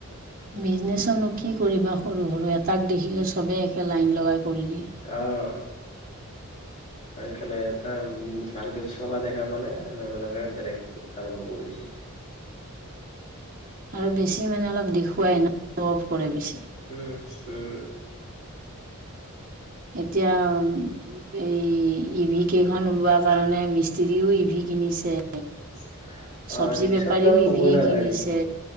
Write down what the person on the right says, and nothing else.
বিজনেচচোনো কি কৰিবা সৰু-সৰু এটাক দেখিলে চবেই একে লাইন লগাই কৰি দিয়ে।
আৰু বেছি মানে অলপ দেখুৱাই ন সোঅফ কৰে বেছি।
এতিয়াম এই ইভি কেইখন ওলোৱা কাৰণে মিস্ত্ৰীও ইভি কিনিছে।
চব্জি
বেপাৰীও
ইভি
কিনিছে,